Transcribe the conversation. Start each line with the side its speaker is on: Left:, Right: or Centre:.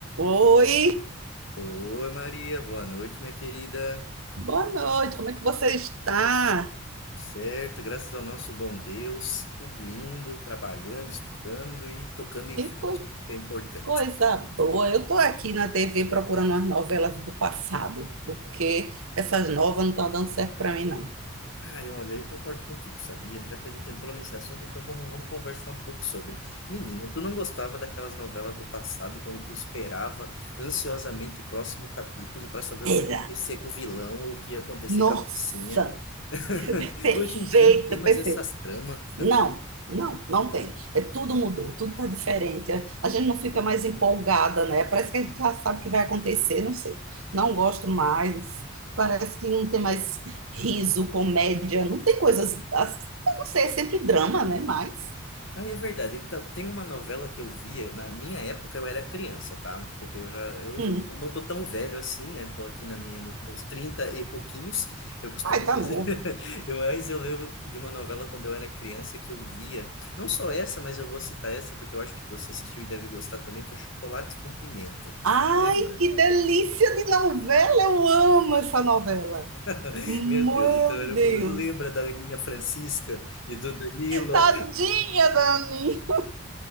Right: Oi,
Left: Oi, Maria, boa noite, minha querida.
Right: boa noite, como é que você está?
Left: Certo, graças ao nosso bom Deus, tudo indo, trabalhando, estudando e tocando em
Right: Que
Left: frente.
Right: co-
Left: Isso É importante.
Right: coisa boa! Eu estou aqui na TV procurando umas novelas do passado, porque essas novas não estão dando certo para mim, não.
Left: Ai, olha, eu concordo contigo, sabia? Já que a gente entrou nesse assunto, então vamos, vamos conversar um pouco sobre. Menina, tu não gostava daquelas novelas do passado, quando tu esperava ansiosamente o próximo capítulo para saber o que
Right: Eita,
Left: ia acontecer com o vilão ou o que ia acontecer
Right: nossa,
Left: com a mocinha? <laughs>
Right: perfeito,
Left: Hoje em dia não tem mais
Right: perfeito.
Left: essas tramas.
Right: Não, não, não tem. É, tudo mudou, tudo está diferente. A a gente não fica mais empolgada, né? Parece que a gente já sabe o que vai acontecer, não sei. Não gosto mais. Parece que não tem mais riso, comédia, não tem coisas. as- eu Não sei, é sempre drama, né? Mas.
Left: Ah, é verdade. Então, tem uma novela que eu via, na minha época eu era criança, tá? Porque eu já, eu
Right: Hum,
Left: não tô tão velho assim, né? Tô aqui na minha, nos meus 30 e pouquinhos, eu costumo
Right: ai, tá
Left: dizer.
Right: novo.
Left: <laughs> Eu, mas eu lembro de uma novela quando eu era criança que eu via, não só essa, mas eu vou citar essa porque eu acho que você assistiu e deve gostar também, que é Chocolate com Pimenta.
Right: Ai,
Left: Lembra?
Right: que delícia de novela! Eu amo essa novela.
Left: <laughs>
Right: Meu
Left: Meu Deus, então éramos.
Right: Deus!
Left: Lembra da Aninha Francisca e do Danilo?
Right: Tadinha, Dani!